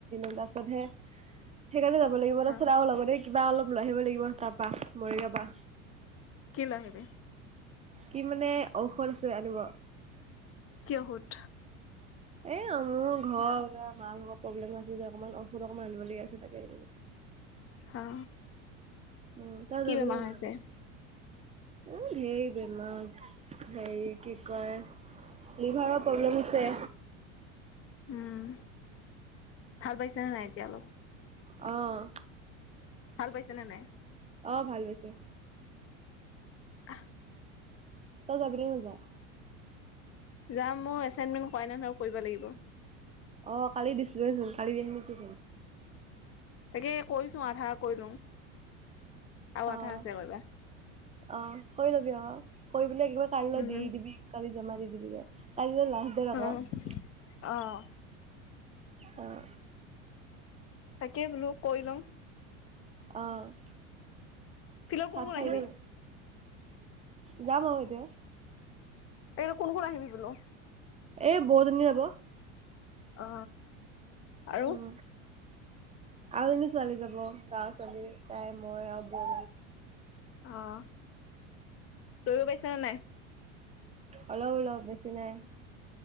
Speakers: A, on the right; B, on the left.
A: <unintelligible> তাৰপিছত হে
B: <inaudible>
A: সেইকাৰণে যাব লাগিব। তাৰপিছত
B: অ
A: আৰু লগতে কিবা অলপ লৈ আহিব লাগিব তাৰপা মৰিগ পৰা।
B: কি লৈ আহিবি।
A: কি মানে ঔষধ আছে আনিব।
B: কি ঔষদ?
A: এ, মোৰ ঘৰ মাৰত প্ৰব্লেম আছে, যে অকমান ঔষধ অকমান আনিবলগীয়া আছে তাকে।
B: হা,
A: উম তই
B: কি
A: যাবি
B: বেমাৰ
A: নে নাযাওঁ
B: আছে?
A: এ, হেৰ বেমাৰ, হেৰি কি কয়? লিভাৰৰ প্ৰব্লেম হৈছে।
B: উম, ভাল পাইছে নে, নাই, এতিয়া অলপ
A: অ',
B: ভাল পাইছে, নে নাই?
A: অ', ভাল পাইছে।
B: আহ
A: তই যাবি নে নাযাওঁ?
B: যাম মই, এচাইনমেণ্ট কৰাই নাই নহয় কৰিব লাগিব।
A: অ', কালি দিছিলোয়েচোন। কালি দিছিলি নেকি?
B: তাকে কৈছো আধা কৰি লওঁ আৰু
A: অ',
B: আধা আছে কৰিবা
A: অ', কৰি লবি, অ', কৰি একেবাৰে কাইলৈ
B: উম
A: দি দিবি। কালি জমা দি দিবি গে কালিলৈ লাষ্ট। ডেট আকৌ
B: উম, অ',
A: অ',
B: তাকেই বোলো কৰি লওঁ।
A: অ',
B: ফিল্ডত
A: ভাত
B: কোন কোন
A: খালি
B: আহিবি
A: নে নাই? যাম আৰু এতিয়া।
B: তাকেইটো কোন কোন আহিবি বোলো?
A: এই বৌ জনি যাব।
B: অ আৰু
A: উম, আৰু এজনী ছোৱালী যাব, গাৱৰ ছোৱালী তাই মই আৰু বৌ।
B: অ', দৌৰিব পাৰিছা নে নাই
A: অলপ-অলপ বেছি নাই।